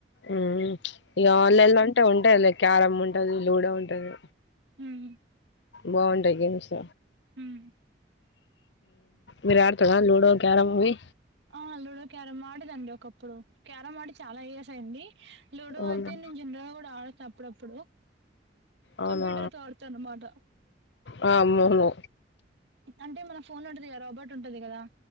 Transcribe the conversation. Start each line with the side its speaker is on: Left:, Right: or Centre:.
Left: ఉం ఇగ ఆన్లైలో అంటే ఉంటయిలీ క్యారంమ్ ఉంటది లూడో ఉంటది
Right: ఉం
Left: బాగుంటాయి గెమ్స్
Right: ఉం
Left: మీరు ఆడ్తరా లూడో క్యారమ్ ఇవి
Right: ఆ లూడో క్యారమ్ ఆడేదండి ఒకప్పుడు క్యారమ్ ఆడి చాలా ఇయర్స్ అయింది లూడో
Left: అవునా
Right: అయితే నేను జనరల్గా కూడా ఆడత అప్పుడప్పుడు
Left: అవునా
Right: కంప్యూటర్తో ఆడ్తాను అనమాట
Left: ఆ అవును
Right: అంటే మన ఫోన్ ఉంటది కద రోబర్ట్ ఉంటది కదా